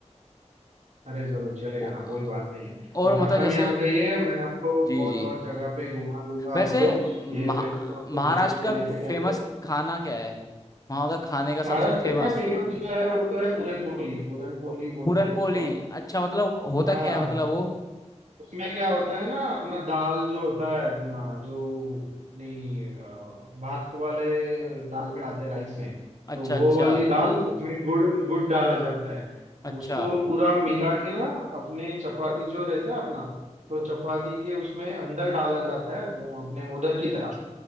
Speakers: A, on the right; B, on the left.
A: अरे जरूर चलेगा
B: वो-
A: ना कोई बात नहीं है
B: और
A: महाराष्ट्र
B: मतलब जैसे
A: में आ जाइए मैं आपको
B: जी
A: बहुत
B: जी
A: बहुत जगह पे घुमा दूंगा
B: वैसे
A: आपको
B: म- महा,
A: ये पहले तो आपको
B: महाराष्ट्र
A: बीचेस पे
B: का
A: लेके जाएंगे
B: फेमस खाना क्या है वहाँ का खाने का
A: महाराष्ट्र
B: सबसे फेमस
A: का फेमस जो है वो तो है पूरन पोली पूरन पोली बोलते
B: पूरनपोली
A: हैं उसको
B: अच्छा मतलब होता
A: हाँ
B: क्या है मतलब
A: हाँ।
B: वो
A: उसमें क्या होता है ना अपना दाल जो होता है अपना जो नहीं अ, भात वाले दाल पे डालते हैं राइस में
B: अच्छा
A: तो वो
B: अच्छा
A: वाली दाल उसमें गुड़ गुड़ डाला जाता है
B: अच्छा
A: उसको पूरा मिला के ना अपने चपाती जो रहता है अपना तो चपाती के उसमें अंदर डाला जाता है वो अपने मोदक की तरह